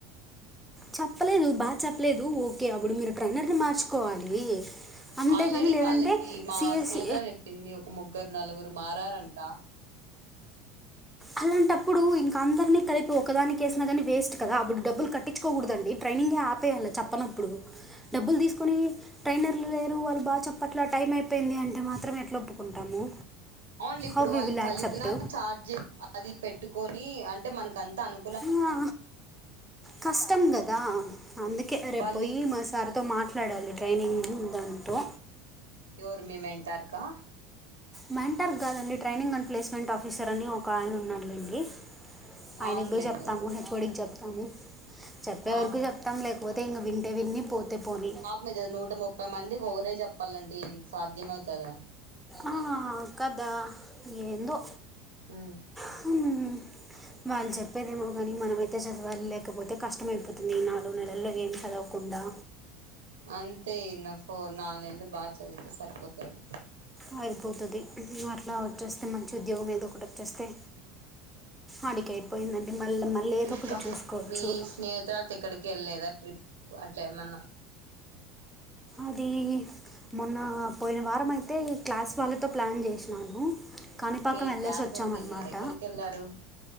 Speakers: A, in the centre; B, on the right (about 85°).
A: చెప్పలేదు బాగా చెప్పలేదు ఓకే అప్పుడు మీరు ట్రైనర్ని మార్చుకోవాలి అంతేగాని
B: ఆల్రెడీ
A: లేదంటే
B: వాళ్ళకి మా
A: సిఎస్సి
B: స్నేహత చెప్పింది ఒక ముగ్గురు నలుగురు మారారంట
A: అలాంటప్పుడు ఇంక అందరినీ కలిపి ఒకదానికి వేసినా కాని వేస్ట్ కదా అప్పుడు డబ్బులు కట్టించుకోకూడదండి ట్రైనింగే ఆపేయాల చెప్పనప్పుడు డబ్బులు తీసుకొని ట్రైనర్లు లేరు వాళ్ళు బాగా చెప్పట్ల టైం అయిపోయింది అంటే మాత్రం ఎట్లా ఒప్పుకుంటాము
B: ఓన్లీ ఇప్పుడు
A: హౌ వి
B: వాళ్ళని
A: విల్
B: కలిపిన
A: యాక్సెప్ట్
B: చార్జ్ అది పెట్టుకొని అంటే మనకు అంత అను
A: ఆ కష్టం కదా అందుకే రేపోయి
B: వాళ్ళు
A: మ సార్ తో మాట్లాడాలి ట్రైనింగ్ దాంతో
B: ఎవర్ మీ మెంటారు క
A: మంటార్క్ కాదండి ట్రైనింగ్ అండ్ ప్లేస్మెంట్ ఆఫీసర్ అని ఒక ఆయన ఉన్నాడులేండి ఆయనకు
B: అవునులేండి
A: పోయి చెప్తాము
B: ఎవరు
A: హెఓం డికి చెప్తాము చెప్పే
B: ఆ
A: వరకు చెప్తాం లేకపోతే ఇంక వింటే విని పోతే పోని
B: మీద నూట ముప్పై మందికి ఒకరే చెప్పాలంటే సాధ్యం అవుతదా
A: ఆ కదా ఏందో
B: హ
A: హమ్ వాళ్ళు చెప్పేదేమో కానీ మనమయితే చదవాలి లేకపోతే కష్టమ అయిపోతుంది ఈ నాలుగు నెలల్లో ఏం చదవు కుండా
B: అంతే నా ఫో నాలుగు నెలలు బాగా చదివితే సరిపోతది
A: అ యిపోతది అట్లా వచ్చేస్తే మంచి ఉద్యోగం ఏదొ ఒకటి వచ్చేస్తే ఆడికి అయిపోయిందండి మళ్ళీ మళ్ళీ ఏదో
B: ఇంకా
A: ఒకటి చూసుకోవచ్చు
B: మీ స్నేహితురలతో ఎక్కడికి వెళ్ళలేదా ట్రిప్ అట్లే ఏమన్నా
A: అది మొన్న పోయిన వారం అయితే ఈ క్లాస్ వాళ్ళతో ప్లాన్ చేసినాను కాణిపాకం
B: ఓకే
A: వెళ్ళసి
B: క్లాస్
A: వచ్చానామన్నమాట
B: వాళ్ళతో వెళ్ళారా ఎక్కడికి వెళ్ళారు